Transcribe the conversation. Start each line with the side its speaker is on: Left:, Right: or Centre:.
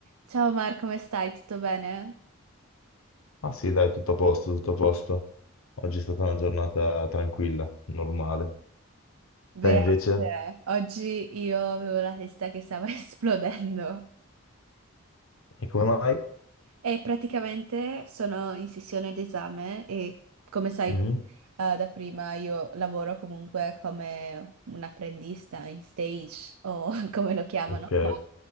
Right: Ciao Mar, come stai? Tutto bene?
Left: Ah sì, dai, tutto a posto, tutto a posto. Oggi è stata una giornata tranquilla, normale.
Right: Beate,
Left: Te invece?
Right: oggi io avevo la testa che stava <laughs> esplodendo
Left: E come mai?
Right: e praticamente sono in sessione d'esame e come sai
Left: Mhm,
Right: eh, da prima io lavoro comunque come un apprendista in stage o <laughs> come lo chiamano
Left: Ok,
Right: qua,